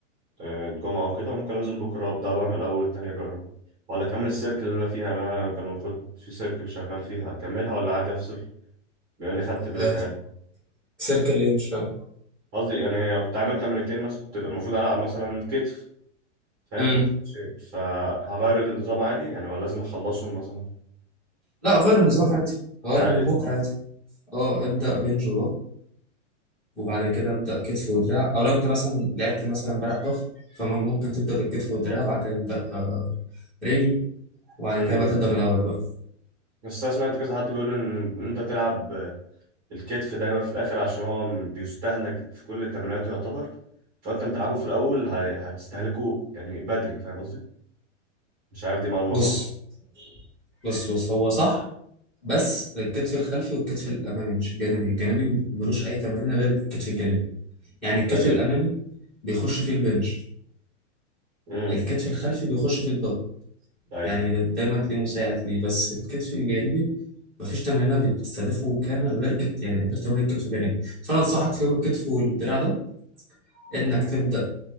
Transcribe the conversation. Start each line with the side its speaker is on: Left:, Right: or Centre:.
Right: آه، الجمعة وكده ممكن انزل بكره ابدا بعمل اول تاني اجرب ولا اكمل السيركل اللي انا فيها يعني انا كان المفروض في سيركل شغال فيها اكملها ولا عادي افصل بما اني خدت بريك
Centre: آه
Right: عادي
Centre: سيركل ايه مش فاهم
Right: قصدي يعني كنت عامل تمرينتين بس كنت المفروض العب مثلا كتف فاهم
Centre: امم
Right: كنت بتفهم. فهغير النظام عادي يعني ولا لازم اخلصهم مثلا
Centre: لا غير النظام عادي غير
Right: عادي
Centre: من
Right: صح؟
Centre: بكره عادي اه ابدا بنج وبعد كده ابدا كتف ودراع او لو انت مثلا لعبت مثلا امبارح ظهر فممكن تبدا بالكتف والدراع وبعد كده تبدا آه، رجل وبعد
Right: امم
Centre: كده بقى تبدا من الاول بقى
Right: بس انا سمعت كذا حد بيقول ان إن انت تلعب الكتف دايما في الاخر عشان هو بيستهلك في كل التمرينات يعتبر فانت بتلعبه في الاول هي- هتستهلكه يعني بدري فاهم قصدي؟ مش عارف دي معلومة
Centre: بص
Right: صح
Centre: بص بص هو صح بس الكتف الخلفي والكتف الامامي مش الجانبي الجانبي ملوش اي تمرين غير الكتف الجانبي يعني الكتف
Right: ولا إيه.
Centre: الامامي
Right: ايوه
Centre: بيخش فيه البنش
Right: امم
Centre: الكتف الخلفي بيخش فيه الظهر
Right: ايوه
Centre: يعني دايما تلاقيه مساعد ليه بس الكتف الجانبي مفيش تمرينة بتستهدفه كامل غير كت... يعني غير تمرين الكتف الجانبي فانا انصحك في يوم الكتف والدراع ده انك تبدا